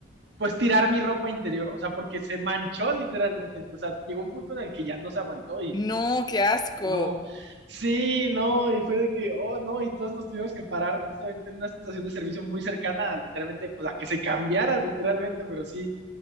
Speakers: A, on the right; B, on the left.
A: pues tirar mi ropa interior, o sea, porque se manchó literalmente, o sea, llegó un punto en el que ya no se aguantó y
B: No, qué asco.
A: no, sí, no, y fue de que, oh, no, y todos nos tuvimos que parar justamente en una estación de servicio muy cercana, literalmente, pues a que se cambiara, literalmente, pero sí,